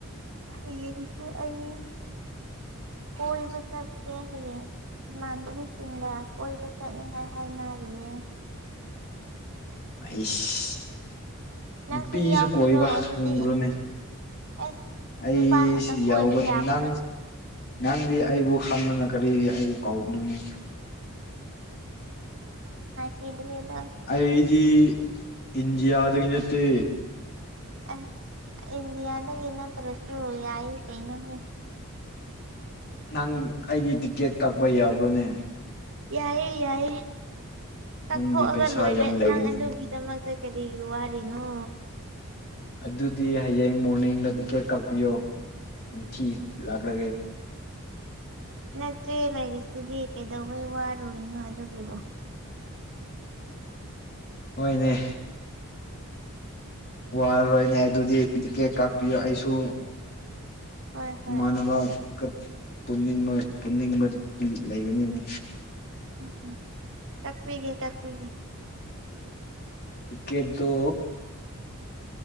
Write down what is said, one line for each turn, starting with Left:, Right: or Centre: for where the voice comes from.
Right: ꯍꯌꯦꯡꯁꯤ ꯑꯩ ꯀꯣꯏꯕ ꯆꯠꯀꯦ ꯍꯌꯦꯡ ꯏꯃꯥꯟꯅꯕꯤꯁꯤꯡꯒ ꯀꯣꯏꯕ ꯆꯠꯅꯤꯡꯉꯥꯏ ꯍꯥꯏꯅꯔꯤꯌꯦ
Left: ꯑꯩꯁ
Right: ꯅꯪꯁꯨ
Left: ꯅꯨꯄꯤꯁꯨ
Right: ꯌꯥꯎꯁꯤꯔꯣ
Left: ꯀꯣꯏꯕ
Right: ꯑꯗꯨꯗꯤ
Left: ꯈꯪꯕ꯭ꯔꯣꯅꯦ
Right: ꯑꯁ
Left: ꯑꯩꯁꯤ
Right: ꯅꯨꯄꯥ ꯈꯛꯇꯪ
Left: ꯌꯥꯎꯕ
Right: ꯀꯣꯏꯕ ꯌꯥꯕ꯭ꯔꯣꯅꯦ
Left: ꯅꯪ ꯅꯪꯗꯤ ꯑꯩꯕꯨ ꯈꯪꯗꯅ ꯀꯔꯤꯒꯤ ꯑꯩꯕꯨ ꯀꯧꯕꯅꯣꯅꯦ
Right: ꯌꯦ <unintelligible>
Left: ꯑꯩꯗꯤ ꯏꯟꯗꯤꯌꯥꯗꯒꯤ ꯅꯠꯇꯦ
Right: ꯑꯦ ꯏꯟꯗꯤꯌꯥꯗꯩ ꯅꯠꯇ꯭ꯔꯁꯨ ꯌꯥꯏ ꯀꯩꯅꯣꯅꯦ
Left: ꯅꯪ ꯑꯩꯒꯤ ꯇꯤꯛꯀꯦꯠ ꯀꯛꯄ ꯌꯥꯕ꯭ꯔꯣꯅꯦ
Right: ꯌꯥꯏꯌꯦ ꯌꯥꯏꯌꯦ ꯀꯛꯊꯣꯛꯑꯒ
Left: ꯅꯪꯗꯤ ꯄꯩꯁꯥ
Right: ꯂꯣꯏꯔꯦ
Left: ꯌꯥꯝ ꯂꯩꯒꯅꯤ
Right: ꯅꯪ ꯑꯗꯨꯒꯤꯗꯃꯛ ꯀꯔꯤꯒꯤ ꯋꯥꯔꯤꯅꯣ
Left: ꯑꯗꯨꯗꯤ ꯍꯌꯦꯡ ꯃꯣꯔꯅꯤꯡꯗ ꯇꯤꯛꯀꯦꯠ ꯀꯛꯄꯤꯌꯣ ꯎꯆꯤ ꯂꯥꯛꯂꯒꯦ
Right: ꯅꯠꯇꯦ ꯂꯥꯏꯔꯤꯁꯤꯗꯤ ꯀꯩꯗꯧꯕꯩ ꯋꯥꯔꯨꯢꯅꯣ ꯑꯗꯨꯒꯤꯕꯨ
Left: ꯍꯣꯏꯅꯦ ꯋꯥꯔꯔꯣꯏꯅꯦ ꯑꯗꯨꯗꯤ ꯇꯤꯀꯦꯠ ꯀꯛꯄꯤꯌꯣ
Right: ꯎꯝ
Left: ꯑꯩꯁꯨ
Right: ꯍꯣꯏ ꯍꯣꯏ
Left: ꯏꯃꯥꯟꯅꯕꯥ ꯀꯠ ꯄꯨꯟꯅꯤꯡꯕ ꯄꯨꯟꯅꯤꯡꯕꯒꯤ ꯂꯩꯕꯅꯤꯅꯦ
Right: ꯎꯝ ꯎꯝ ꯀꯛꯄꯤꯒꯦ ꯀꯛꯄꯤꯒꯦ
Left: ꯇꯤꯀꯦꯠꯗꯣ